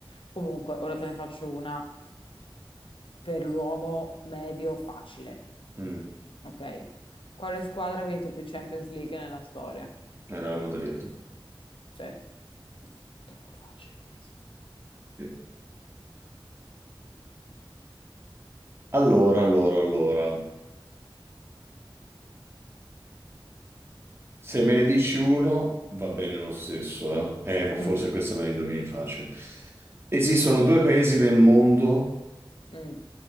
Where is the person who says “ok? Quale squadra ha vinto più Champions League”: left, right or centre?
Left